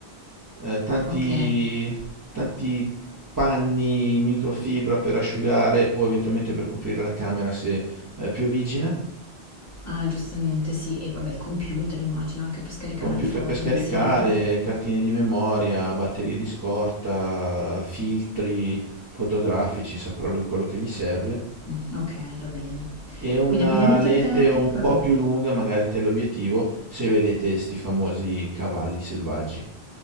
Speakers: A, on the right (about 20°); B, on the left (about 15°).
A: eh, tanti,
B: Ok.
A: tanti panni in microfibra per asciugare o eventualmente per coprire la camera se eh, piovigina,
B: Ah, giustamente, sì. E vabbè, il computer immagino anche per scaricare
A: computer
B: le foto
A: per scaricare,
B: ogni sera.
A: cartine di memoria, batterie di scorta, filtri fotografici, saprà lui quello che gli serve.
B: Mm, ok, va bene.
A: E una
B: Quindi abbigliamento
A: lente
B: tecnico.
A: un po' più lunga, magari teleobiettivo, se vedete sti famosi cavalli selvaggi.